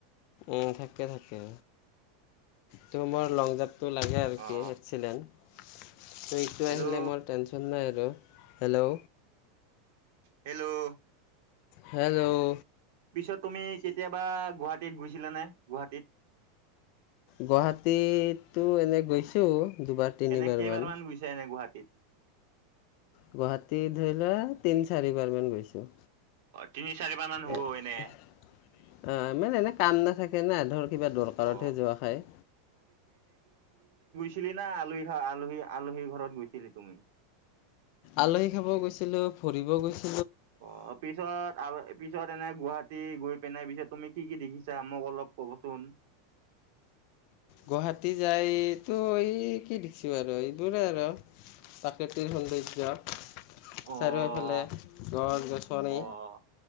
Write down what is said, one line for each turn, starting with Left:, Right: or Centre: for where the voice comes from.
Left: উম থাকে থাকে ত মোৰ লং জ টো লাগে আৰু
Right: অ
Left: কি এক্সিডেণ্ট ত এইটো
Right: হেল্ল'
Left: আহিলে মোৰ টেনচন নাই হেল্ল'
Right: হেল্ল'
Left: হেল্ল'
Right: পিছত তুমি কেতিয়াবা গুৱাহাটী গুৱাহাটীত গুৈছিলা নে গুৱাহাটীত
Left: গুৱাহাটীটো এনেই গৈছোঁ দুবাৰ তিনিবাৰমান।
Right: এনে কেইবাৰ মান গুছে এনে গুৱাহাটীত
Left: গুৱাহাটীত ধৰি লোৱা তিন-চাৰিবাৰ মান গৈছোঁ।
Right: <unintelligible> মান হ'ব
Left: এহ
Right: এনে
Left: - অহ - ইমান এনে কাম নাথাকে না ধৰ কিবা দৰকাৰতহে
Right: অ
Left: যোৱা খাই।
Right: ছিলি না আলহী খা - আলহী - আলহী ঘৰত গৈছিলি তুমি?
Left: আলহী খাব গৈছিলো, ফুৰিব গৈছ
Right: অ' পিছত আৰু পিছত এনে গুৱাহাটী গৈ পেনাই পিছে তুমি কি কি দেখিছা মোক অলপ কবচোন?
Left: গুৱাহাটী যাইতো এই কি দিকচু আৰ' এইবোৰে আৰ' প্ৰাকৃতিৰ সোন্দৰ্য।
Right: অ',
Left: চাৰিওফালে গছ গছনি
Right: অ'।